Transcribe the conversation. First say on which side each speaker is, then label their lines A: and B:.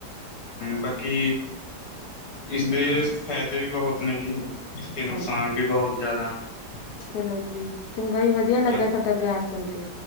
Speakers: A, on the left; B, on the left.
A: ਬਾਕੀ ਇਸਦੇ ਫਾਇਦੇ ਵੀ ਬਹੁਤ ਨੇ ਜੀ ਇਸ ਕੇ ਨੁਕਸਾਨ
B: ਹਾਂਜੀ
A: ਵੀ ਬਹੁਤ <inaudible>
B: ਚਲੋ ਜੀ ਚੰਗਾ ਜੀ ਵਧੀਆ ਲੱਗਿਆ
A: ਚਲ
B: ਤੁਹਾਡਾ ਗਿਆਨ ਸੁਣ ਕੇ